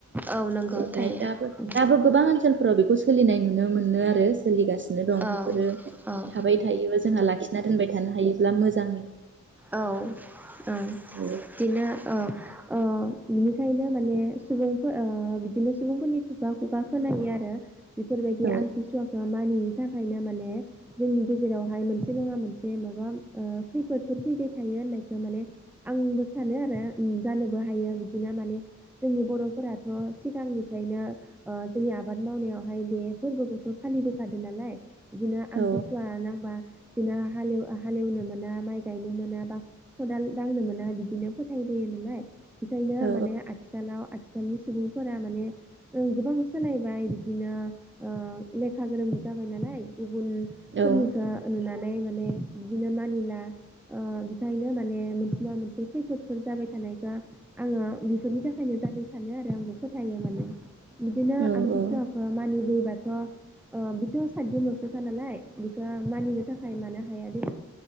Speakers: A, in the centre; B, on the right.
A: औ नंगौ
B: ओमफ्राय
A: थायो
B: दाबो गोबां ओनसोलफोराव बेखौ सोलिनाय नुनो मोनो आरो सोलिगासिनो दं
A: औ
B: बेफोरो
A: औ
B: थाबाय थायोबा जोंहा लाखिना दोनबाय थानो हायोब्ला मोजां
A: औ ओम बिदिनो
B: औ
A: ओ ओ बिनिखायनो माने सुबुंफोर ओ बिदिनो सुबुंफोरनि खुगा खुगा खोनायो आरो बेफोरबायदि
B: औ
A: आमथिसुवाखौ मानियैनि थाखायनो माने जोंनि गेजेरावहाय मोनसे नङा मोनसे माबा ओ खैफोद बेफोर फैबाय थायो होननायखौ माने आंबो सानो आरो ओम जानोबो हायो बिदिनो माने जोंनि बर'फोराथ' सिगांनिफ्रायनो ओ जोंनि आबाद मावनायावहाय बे फोरबोखौथ' फालिबोखादों नालाय बिदिनो आमथिसुवा
B: औ
A: नांबा बिदिनो हालेव-हालेवनो मोना माइ गायनो मोना बा खदाल दांनो मोना बिदिनो फोथायबोयो नालाय बेखायनो
B: औ
A: माने आथि आथिखालाव आथिखालनि सुबुंफोरा माने जों गोबां सोलायबाय बिदिनो ओ लेखा गोरोंबो जाबाय नालाय गुबुनफोरनिखो
B: औ
A: नुनानै माने बिदिनो मानिला ओ बेखायनो माने मोन बा मोनसे खैफोदफोर जाबाय थानायखो आङो बेफोरनि थाखायनो जादों सानो आरो आंबो फोथायो माने बिदिनो
B: औ
A: आमथिसुवाखौ
B: औ
A: मानिबोयोबाथ' ओ बेथ' साथदिनल'सोखा नालाय बेखौ मानिनो थाखाय मानो हाया देलाय?